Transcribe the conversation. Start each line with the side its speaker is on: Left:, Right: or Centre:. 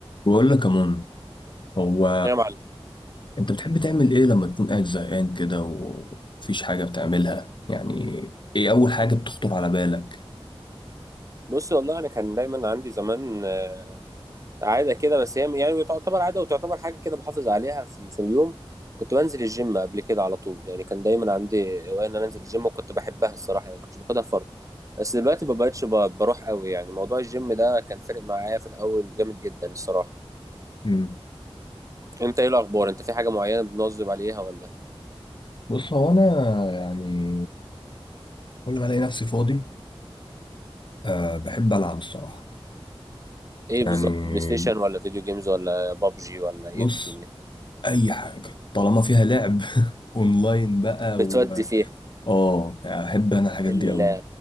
Left: بقول لك يا مون هو
Right: يا معلم
Left: انت بتحب تعمل ايه لما تكون قاعد زهقان كده ومفيش حاجه بتعملها يعني ايه اول حاجه بتخطر على بالك
Right: بص والله انا كان دايما عندي زمان آه، عاده كده بس هي يعني تعتبر عاده وتعتبر حاجه كده بحافظ عليها في, في اليوم كنت بنزل الجيم قبل كده على طول يعني كان دايما عندي هوايه ان انا انزل الجيم وكنت بحبها الصراحه يعني ما كنتش باخدها فرض بس دلوقتي ما بقتش ب- بروح قوي يعني موضوع الجيم ده كان فارق معايا في الاول جامد جدا الصراحه
Left: مم.
Right: انت ايه الاخبار انت في حاجه معينه بنواظب عليها ولا
Left: بص هو انا يعني كل ما الاقي نفسي فاضي أه بحب العب الصراحه
Right: ايه
Left: يعني
Right: بالظبط بلاي ستيشن ولا فيديو جيمز ولا بابجي ولا ايه
Left: بص
Right: بالدنيا
Left: اي حاجه طالما فيها لعب <laughs> اونلاين بقى
Right: بتودي
Left: و
Right: فيها
Left: اه احب انا الحاجات
Right: ال...
Left: دي قوي